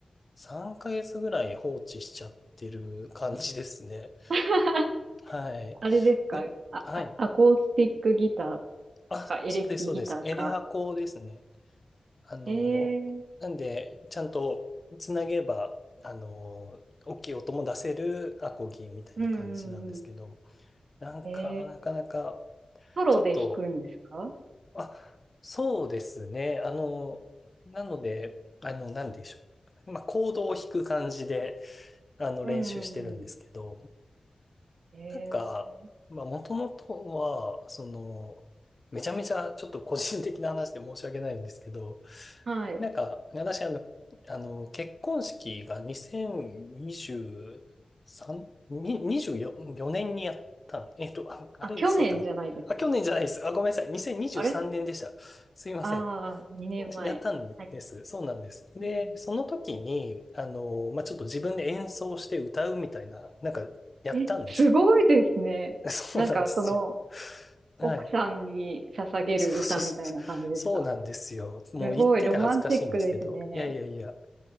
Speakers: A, on the left (about 35°); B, on the right (about 80°).
A: 3ヶ月ぐらい放置しちゃってる感じですね。
B: <laughs>
A: はい。
B: あれですかあ、
A: でも、はい。
B: あアコースティックギター
A: あ、
B: か、エレキギターか。
A: そうです、そうです。エレアコですね。あの、
B: ええ
A: なんで、ちゃんとつなげば、あの、大きい音も出せるアコギみたいな感じなんですけど、
B: うんうんうん。
A: なんか、
B: ええ
A: なかなか、
B: ソロで弾くんですか
A: ちょっと、あ、そうですね。あの、なので、あの、なんでしょう。まあ、コードを弾く感じで、あの、
B: うんうんうん。
A: 練習してるんですけど、
B: ええ
A: なんか、まあ、もともとは、その、めちゃめちゃちょっと個人的な話で申し訳ないんですけど、
B: はい。
A: なんか、私、あの、あの、結婚式が2023、に24、4年にやったん、えっと、あ、あれ、
B: あ、去年じゃないですか。
A: いつだったかな。あ、去年じゃないです。あ、ごめんなさい。2023年でした。
B: あれ
A: すいません。
B: ああー、2年前。
A: やったんです。
B: はい。
A: そうなんです。で、
B: うん、
A: その時に、あの、まあ、ちょっと自分で演奏して歌うみたいな、なんか、やったんですよ。
B: え、すごいですね。
A: <laughs> そうなんですよ。
B: なんか、その、
A: はい。
B: 奥さんに捧げる歌みたいな感じですか
A: そうそうそう。そうなんですよ。もう言ってて恥ずかしいんですけど。
B: すごいロマンチックですね。
A: いやいやいや。